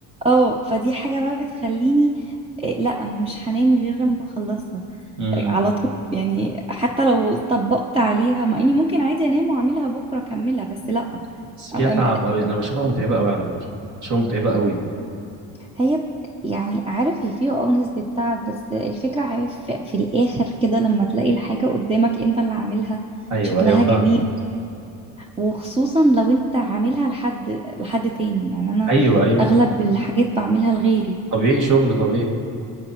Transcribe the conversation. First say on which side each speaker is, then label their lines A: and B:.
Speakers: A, on the right; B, on the right.
A: اه فدي حاجة بقى بتخليني إيه، لا أنا مش هنام غير لما أخلصها
B: امم
A: على طول يعني حتى لو طبقت عليها مع اني ممكن عادي انام واعملها بكره اكملها بس لا
B: بس
A: أم-
B: فيها
A: أم-
B: تعب قوي انا بشوفها متعبه قوي على فكره بشوفها متعبه قوي
A: هي ب- يعني عارف هي فيها اه نسبة تعب بس الفكرة عارف في في الآخر كده لما تلاقي الحاجة قدامك انت اللي عاملها
B: ايوه
A: شكلها
B: ايوه
A: جميل
B: فاهم
A: وخصوصا لو انت عاملها لحد لحد تاني يعني انا
B: ايوه ايوه
A: اغلب الحاجات بعملها لغيري
B: طبيعي شغل طبيعي